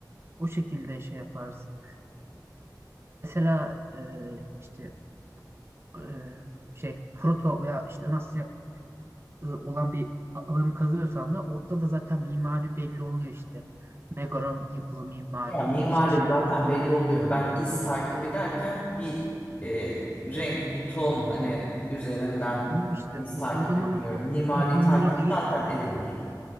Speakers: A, on the right; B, on the left.
A: O şekilde şey yaparsın. Mesela e, işte e, şey Proto veya işte Ön Asya e, olan bir a- alanı kazıyorsan da orada da zaten mimari belli oluyor işte. Megaron yapılı mimari
B: Ya mimari
A: işte şey.
B: zaten belli oluyor. Ben iz takibi derken bir e, renk, bir ton hani üzerinden
A: Tamam işte
B: iz
A: o,
B: takibi
A: o zaman o,
B: diyorum.
A: to-
B: Mimari
A: o o tonları
B: takip
A: ayı
B: zaten edilir.